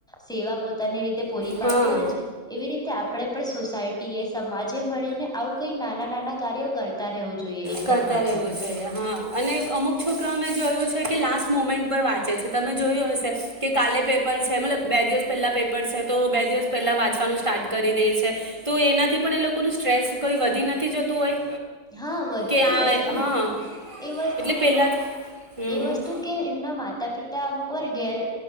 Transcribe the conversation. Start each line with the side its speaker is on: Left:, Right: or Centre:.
Centre: સેવા પોતાની રીતે પૂરી પાડતી
Right: હા
Centre: હોય છે એવી રીતે આપણે પણ સોસાયટીએ સમાજે મળીને આવું કંઈ નાના નાના કાર્યો કરતા રહેવું જોઈએ એક્ઝામ
Right: કરતા
Centre: વખતે
Right: રહેવું છેઈ. હા અને અમુક છોકરા અ મે જોયું છે કે લાસ્ટ મોમેન્ટ પર વાત વાંચે છે તમે જોયું હશે કે કાલે પેપર છે મતલબ બે દિવસ પહેલા પેપર છે તો બે દિવસ પહેલા વાંચવાનું સ્ટાર્ટ કરી દે છે તો એનાથી પણ એ લોકોનું સ્ટ્રેસ કઈ વધી નથી જતું હોય?
Centre: હા વધતું
Right: કે આ
Centre: જ હશે ને
Right: હા
Centre: એ વસ્તુ
Right: એટલે પહેલાં હમ
Centre: એ
Right: હમ
Centre: વસ્તુ કે એમના માતા પિતા અમુક વર્ગ ઘેર